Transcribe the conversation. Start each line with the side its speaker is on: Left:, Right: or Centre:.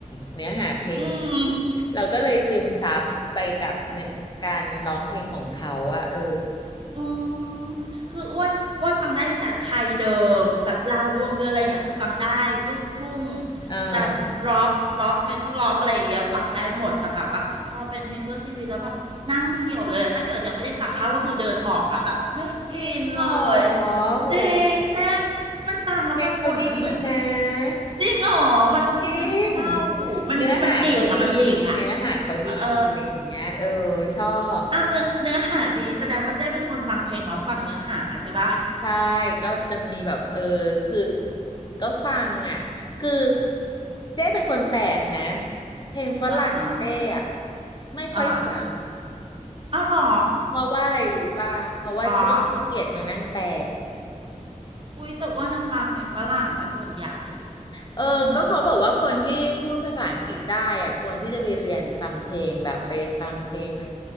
Left: เนื้อหาเพลง
Right: อืม
Left: เราก็เลยซึมซับไปกับเนื้อการร้องเพลงของเขาอะเออ
Right: อืม คืออ้วนอ้วนฟังได้ตั้งแต่ไทยเดิมแบบลาวดวงเดือนอะไรอย่างเงี้ยคือฟังได้ลูกทุ่ง
Left: เออ
Right: จะร็อกร็อกเมทัลร็อกอะไรอย่างเงี้ยฟังได้หมดแต่แบบว่าพอเป็นเพลงเพื่อชีวิตแล้วแบบนั่งเหี่ยวเลยอะถ้าเกิดยังไม่ได้สั่งข้าวก็คือเดินออกอ่ะแบบไม่อินเลย
Left: จริงเหรอโห
Right: จริงเจ๊มันฟังแล้วมันหม่นมันเหมือน
Left: เพลงเขาดีนะ
Right: จริงอ๋อมันรู้สึกมันเศร้า
Left: จริง
Right: มันมันดิ่งอะมันดิ่งอะ
Left: เนื้อหาเขาดีเนื้อหาเขาดีอะไรอย่างเงี้ยเออ
Right: เออ
Left: ชอบ
Right: เอาเนื้อเนื้อหาดีแสดงว่าเจ๊เป็นคนฟังเพลงแล้วฟังเนื้อหาใช่ปะ
Left: ใช่ ก็จะมีแบบ เออ คือ ก็ฟังอ่ะ คือเจ๊เป็นคนแปลกนะ เพลงฝรั่งเจ๊อ่ะ
Right: อ่าฮะ
Left: ไม่ค่อยฟัง
Right: อ่าเอาเหรอ
Left: เพราะว่าอะไรรู้ป่ะ เพราะว่าเจ๊ขี้เกียจมานั่งแปล
Right: เพราะอุ๊ยแต่อ้วนอะฟังเพลงฝรั่งซะส่วนใหญ่
Left: เออก็เขาบอกว่าคนที่พูดภาษาอังกฤษได้อะควรที่จะไปเรียนฟังเพลงแบบไปฟังเพลงอะไร
Right: อืม